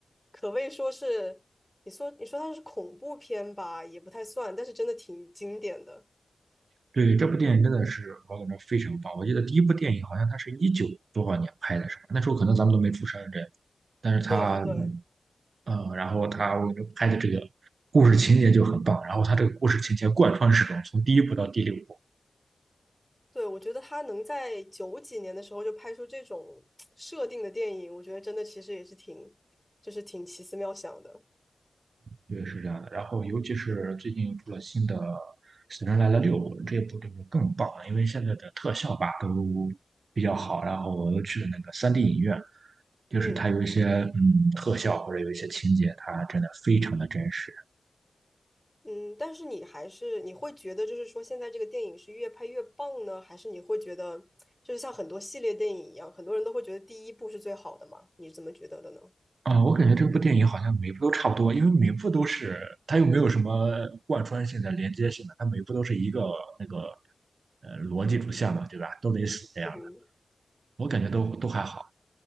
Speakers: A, in the centre; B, on the right.
A: 可谓说是，你说你说它是恐怖片吧，也不太算，但是真的挺经典的。
B: 对这部电影真的是我感觉非常棒。我记得第一部电影好像它是一九多少年拍的，是吧？那时候可能咱们都没出生这样，但是它
A: 对对
B: 呃，然后他我觉得拍的这个故事情节就很棒，然后他这个故事情节贯穿始终，从第一部到第六部。
A: 对，我觉得他能在九几年的时候就拍出这种设定的电影，我觉得真的其实也是挺，就是挺奇思妙想的。
B: 对，是这样的。然后，尤其是最近出了新的《死神来了六》，这部就是更棒了，因为现在的特效吧都比较好。然后我又去了那个 3D 影院，就是它有一些嗯特效或者有一些情节，
A: 嗯。
B: 它真的非常的真实。
A: 嗯，但是你还是你会觉得，就是说现在这个电影是越拍越棒呢，还是你会觉得，就是像很多系列电影一样，很多人都会觉得第一部是最好的嘛？你是怎么觉得的呢？
B: 啊、我感觉这部电影好像每部都差不多，因为每部都是它又没有什么贯穿性的、连接性的，它每部都是一个那个呃逻辑主线嘛，对吧？都得死这样的，
A: 嗯，
B: 我感觉都都还好。